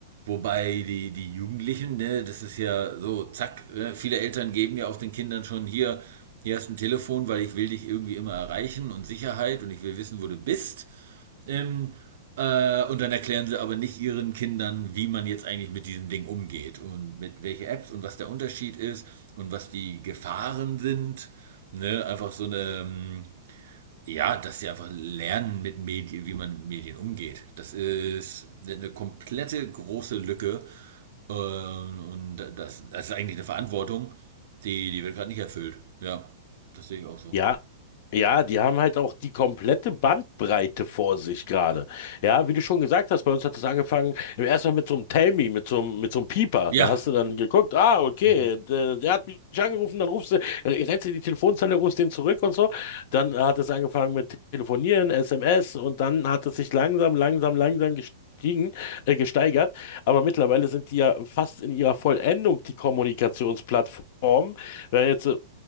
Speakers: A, on the right (about 65°); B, on the left (about 55°).
A: Wobei die, die Jugendlichen, ne, das ist ja so, zack, ne, viele Eltern geben ja auch den Kindern schon hier, hier hast du ein Telefon, weil ich will dich irgendwie immer erreichen und Sicherheit und ich will wissen, wo du bist. Ähm, äh, und dann erklären sie aber nicht ihren Kindern, wie man jetzt eigentlich mit diesem Ding umgeht und mit welche Apps und was der Unterschied ist und was die Gefahren sind. Ne? Einfach so eine, ähm, ja, dass sie einfach lernen, mit Medien, wie man mit Medien umgeht. Das ist eine komplette große Lücke. Ähm, und das, das ist eigentlich eine Verantwortung, die, die wird gerade nicht erfüllt. Ja, das sehe ich auch so.
B: Ja, Ja, die haben halt auch die komplette Bandbreite vor sich gerade. Ja, wie du schon gesagt hast, bei uns hat es angefangen im ersten Mal mit so einem Tell Me, mit so einem, mit so einem Pieper.
A: Ja.
B: Da hast du dann geguckt, ah, okay,
A: Mhm.
B: der, der hat mich angerufen, dann rufst du, rennst du in die Telefonzelle, rufst den zurück und so. Dann hat es angefangen mit Telefonieren, SMS und dann hat es sich langsam, langsam, langsam gestiegen, äh, gesteigert. Aber mittlerweile sind die ja fast in ihrer Vollendung die Kommunikationsplattform. Wenn jetzt äh,